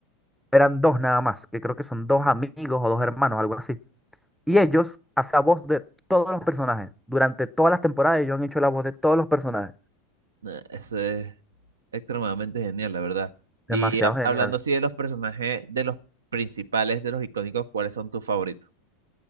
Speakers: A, in the centre; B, on the right.
A: eran dos nada más, que creo que son dos amigos o dos hermanos, algo así. Y ellos hacían voz de todos los personajes. Durante todas las temporadas ellos han hecho la voz de todos los personajes.
B: no, Eso es extremadamente genial, la verdad. Y
A: Demasiado
B: hab-
A: genial.
B: hablando así de los personajes, de los principales, de los icónicos, ¿cuáles son tus favoritos?